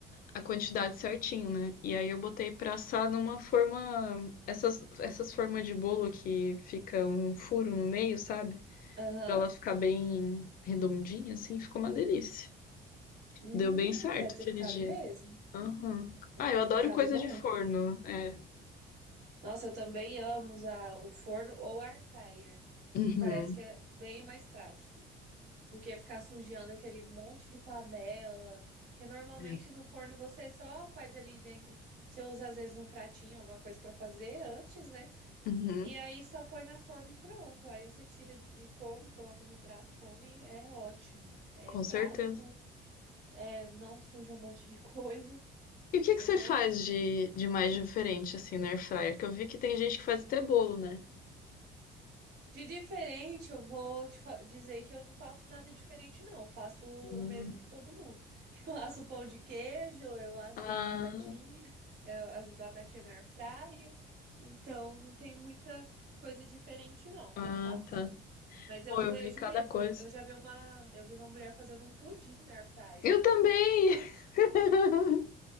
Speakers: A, on the left; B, on the right.
A: a quantidade certinho, né? E aí eu botei pra assar numa forma, essas essas formas de bolo que fica um furo no meio, sabe?
B: Aham.
A: Pra ela ficar bem redondinha, assim, ficou uma delícia.
B: Hum,
A: Deu bem certo
B: deve
A: aquele
B: ter ficado
A: dia.
B: mesmo.
A: Aham.
B: Deve
A: Ah, eu
B: ter
A: adoro
B: ficado
A: coisa
B: bom.
A: de forno. É.
B: Nossa, eu também amo usar o forno ou air fryer, que
A: Uhum.
B: parece que é bem mais prático do que ficar sujando aquele monte de panela, que normalmente
A: É.
B: no forno você só faz ali dentro, você usa às vezes um pratinho, alguma coisa pra fazer antes, né?
A: Uhum.
B: E aí só põe na forma e pronto. Aí você tira e come, coloca no prato, come, é ótimo. É
A: Com
B: prático.
A: certeza.
B: é, não suja um monte de <laughs> coisa,
A: E o que que
B: mas
A: você
B: eu
A: faz
B: amo.
A: de, de mais diferente, assim, na air fryer? Que eu vi que tem gente que faz até bolo, né?
B: De diferente, eu vou te fa- dizer que eu não faço nada diferente, não. Eu faço o
A: Hum.
B: o mesmo que todo mundo. <laughs> Eu asso pão de queijo, eu asso
A: Ah,
B: batatinha, eu as batatinhas na air fryer. Então, não tem muita coisa diferente, não, que
A: ah,
B: eu faça.
A: tá.
B: Mas
A: Pô,
B: eu vejo
A: eu vi cada
B: mesmo,
A: coisa.
B: eu eu já vi uma, eu vi uma mulher fazendo um pudim na air fryer.
A: Eu também! <laughs>